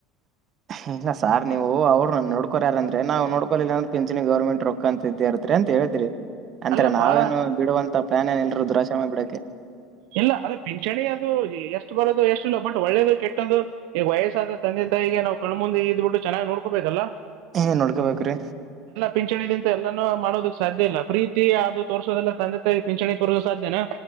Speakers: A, on the right; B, on the right.
A: <inaudible> ಇಲ್ಲ ಸಾರ್ ನೀವು ಅವ್ರರು ನೋಡ್ಕೋಾರಂದ್ರೆ ನಾವು ನೋಡ್ಕೋ ಇಲ್ಲಾಂದ ಪಿಂಚಣಿ ಗೌರ್ಮೆಂಟ್ ರೊಕ್ಕಕ ಅಂತ ಇದೇ ಇರತ್ ಅಂತ ಹೇಳಿದ್ರಿ ಅಂತರ
B: ಅಲ್ಲಪ್ಪಾ
A: ನಾವೇನು ಬಿಡುವಂತ ಪ್ಲಾನ್ ಏನ್ ಇಲ್ರರು ದುರಾಶ್ರಮ ಬಿಡಕ್ಕೆ. <inaudible>
B: ಇಲ್ಲ ಅದ ಪಿಂಚಣಿ ಅದು ಎಷ್ಟು ಬರೋದು ಎಷ್ಟು ಇಲ್ಲ ಬಟ್ ಒಳ್ಳೇದು ಕೆಟ್ಟ್ದ ಈಗ ವಯಸ್ಸಾದ ತಂದೆ. ಈ ನವು ಕಣು ಮುಂದೆ ಇದಬ ಬಿಟ್ಟು ಚೆನ್ನ ನೋಡಬೇಕಲ್ಲ.
A: ಹಏ ನೋಡ್ಕೋಬೇಕ್ರೀ.
B: ಪಿಂಚಣಿ ದಿಂದ ಎಲ್ಲಾನೂ ಮಾಡೋದಕ್ ಸಾಧ್ಯ ಇಲ್ಲ ಪ್ರೀತಿ ಅದು ತೋರ್ಸೋದೆಲ್ಲ ತಂದೆ ತ ಪಿಂಚಣಿ ತೋರಿಸಸೋ ಸಾಧ್ಯನ.